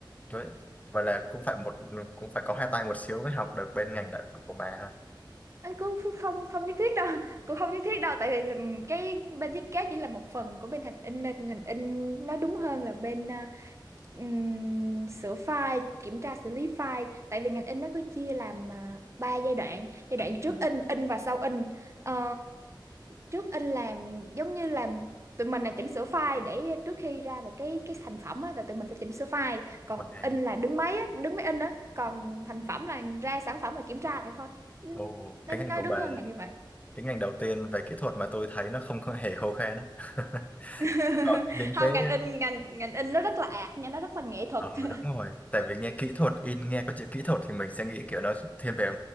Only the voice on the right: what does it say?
anh cũng ph- không không nhất thiết đâu <laughs> cũng không nhất thiết đâu tại vì ừm, cái bên thiết kế chỉ là một phần của bên hình in nên ngành in nó đúng hơn là bên ờ, ừm, sửa file kiểm tra xử lý file tại vì ngành in nó cứ chia làm uh, 3 giai đoạn giai đoạn trước
in in và sau in Ờ, trước in làm giống như làm tụi mình là chỉnh sửa file để trước khi ra một cái cái thành phẩm á là tụi mình sẽ chỉnh sửa file còn
in là đứng máy á đứng máy in á còn thành phẩm là ra sản phẩm là kiểm tra lại thôi
nên
nói
đúng
hơn
là như vậy
<laughs>
không
ngành in ngành ngành in nó rất là ạt nha nó rất là nghệ thuật
<laughs>